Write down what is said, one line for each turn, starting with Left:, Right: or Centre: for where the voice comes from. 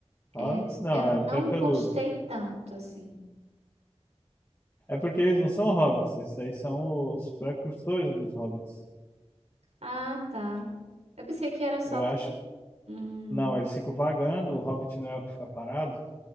Left: Hobbits
Right: é,
Left: não,
Right: eu não
Left: é pé peludo.
Right: gostei tanto, assim.
Left: É porque eles não são hobbits, esses aí são os precursores dos hobbits.
Right: Ah, tá. Eu pensei que era só,
Left: Eu
Right: tipo,
Left: acho.
Right: hum,
Left: Não, eles ficam vagando, o hobbit não é o que fica parado.